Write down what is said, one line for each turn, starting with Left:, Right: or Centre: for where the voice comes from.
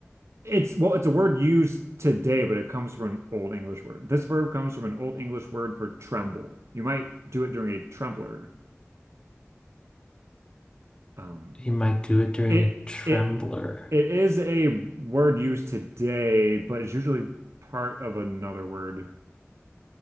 Right: it's well, it's a word used today, but it comes from an Old English word. This verb comes from an Old English word for tremble. You might do it during a trembler. Um,
Left: He might do it during
Right: it
Left: a trembler.
Right: it it is a word used today, but it's usually part of another word.